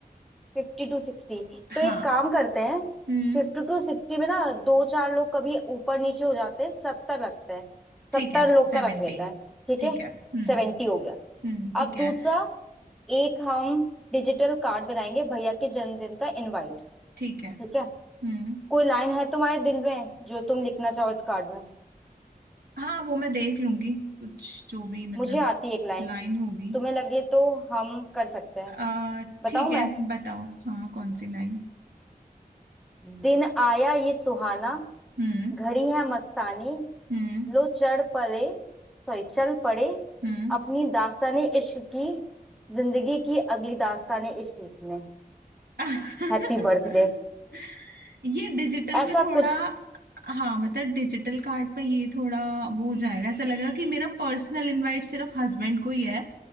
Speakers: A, in the centre; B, on the right.
A: Fifty to sixty तो
B: हाँ
A: एक काम करते हैं
B: हम्म
A: फिफ्टी टू सिक्सटी में ना दो चार लोग कभी ऊपर नीचे हो जाते हैं सत्तर रखते हैं
B: ठीक
A: सत्तर
B: है
A: लोग
B: सेवेंटी
A: का रख लेते हैं ठीक
B: ठीक
A: है
B: है हम्म
A: सेवेंटी हो गया
B: हम्म ठीक
A: अब दूसरा
B: है
A: एक हम डिजिटल कार्ड बनाएंगे भैया के जन्मदिन का इनवाइट
B: ठीक
A: ठीक
B: है
A: है
B: हम्म
A: कोई लाइन है तुम्हारे दिल में जो तुम लिखना चाहो इस कार्ड में
B: हाँ वो मैं देख लूंगी कुछ जो भी मतलब
A: मुझे आती है एक लाइन
B: लाइन होगी
A: तुम्हें लगे तो हम कर सकते हैं
B: अ
A: बताऊं
B: ठीक है
A: मैं
B: बताओ हाँ कौन सी लाइन
A: दिन आया ये सुहाना
B: हम्म
A: घड़ी है मस्तानी
B: हम्म
A: लो चढ़ पड़े सॉरी चल पड़े
B: हम्म
A: अपनी दास्ताने इश्क की जिंदगी की अगली दास्ताने इश्क लिखने
B: <laughs>
A: Happy birthday
B: ये डिजिटल
A: ऐसा
B: पे थोड़ा
A: कुछ
B: हाँ मतलब डिजिटल कार्ड पे ये थोड़ा वो हो जाएगा ऐसा लगेगा कि मेरा पर्सनल इनवाइट सिर्फ हस्बैंड को ही है